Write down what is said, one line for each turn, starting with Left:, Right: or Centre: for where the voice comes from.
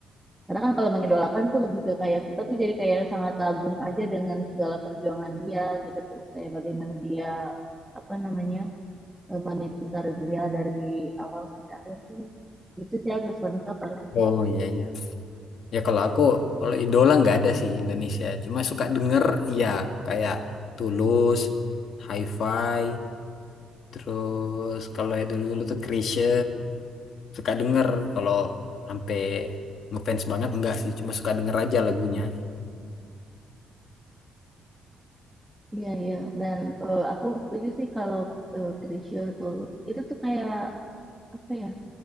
Centre: Karena kan kalau mengidolakan tuh lebih ke kayak kita tuh jadi kayak sangat kagum aja dengan segala perjuangan dia gitu. Terus kayak bagaimana dia apa namanya eh, meniti karir dia dari awal sampai akhir tuh. Itu sih Agus Monica paling aku.
Left: Oh iya iya. Ya kalau aku kalau idola nggak ada sih Indonesia. Cuma suka denger ya kayak Tulus, Hi-Fi, terus kalau ya dulu-dulu tuh Chrisye suka denger kalau sampai ngefans banget enggak sih. Cuma suka denger aja lagunya.
Centre: Iya iya. Dan eh, aku setuju sih kalau eh, Chrisye Tulus itu tuh kayak apa ya